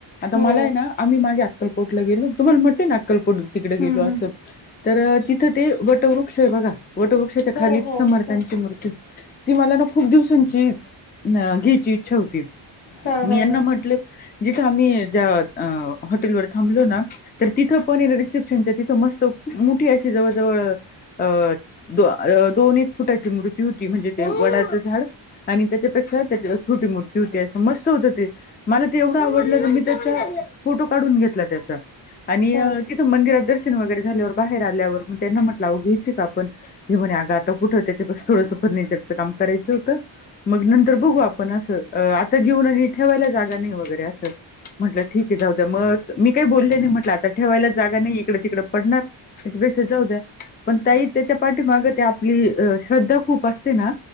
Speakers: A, on the left; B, on the left.
A: आता
B: हो
A: मला आहे ना आम्ही मागे अक्कलकोटला गेलो तुम्हाला म्हटलं ना अक्कलकोट तिकडे
B: हम्म
A: गेलो
B: हम्म
A: असं. तर तिथं ते वटवृक्ष आहे बघा वटवृक्षाच्या
B: हो
A: खाली
B: हो
A: समर्थांची
B: हो
A: मूर्ती ती मला ना खूप दिवसांची आ घ्यायची इच्छा होती.?
B: हा
A: मी
B: हा
A: यांना
B: हा
A: म्हटले जिथं आम्ही ज्या हॉटेलवर थांबलो ना तर तिथं पण रिसेप्शनच्या तिथं मस्त मोठी अशी जवळजवळ अ दोन एक फुटाची मूर्ती होती म्हणजे ते वडाचं झाड आणि त्याच्यापेक्षा त्याच्या छोटी मर्ती होती असं मस्त होत ते. मला ते एवढं आवडलं तर मी त्याचा फोटो काढून घेतला त्याचा आणि
B: हो
A: तिथं मंदिरात दर्शन वगैरे झाल्यावर बाहेर आल्यावर मग त्यांना म्हटलं घ्यायचे का ण ते म्हणे अग आता कुठ ते थोडस फर्निचरच काम करायचं होतं मग नंतर बघू आपण असं. आता घेऊन आग ठेवायला जागा नाही वगैरे असं. म्हटलं ठीक आहे जाऊ द्या मग मी काही बोलले नाही म्हटलं आता ठेवायला जागा नाही इकडं तिकडं पडणार. बेस जाऊद्या पण तही त्याच्या पाठीमाग ते आपली श्रद्धा खूप असते ना